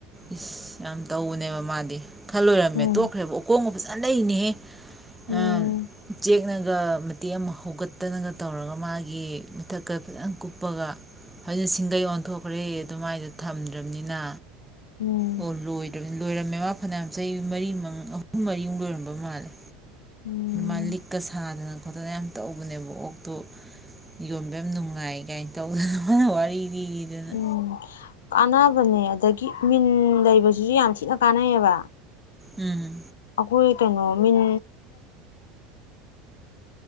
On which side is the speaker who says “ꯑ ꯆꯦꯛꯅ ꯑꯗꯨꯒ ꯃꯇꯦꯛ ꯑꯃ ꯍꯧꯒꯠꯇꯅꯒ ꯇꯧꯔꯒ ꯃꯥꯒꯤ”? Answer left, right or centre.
Centre